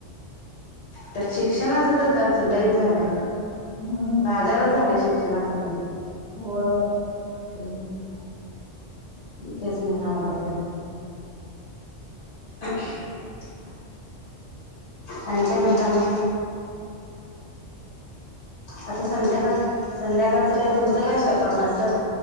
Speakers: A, on the left; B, on the right.
A: त्यात शिक्षणाचा तर खर्च लय झालायं आता,
B: हम्म
A: बाजारच झालायं शिक्षणाच म्हणजे.
B: होय, होय.
A: हूं.. तेच म्हणं अवघड आहे गं. <unintelligible> आणि काय म्हणता मग? आता संध्याकाळ संध्याकाळचं काय तुमचं काय स्वयंपाक नसल?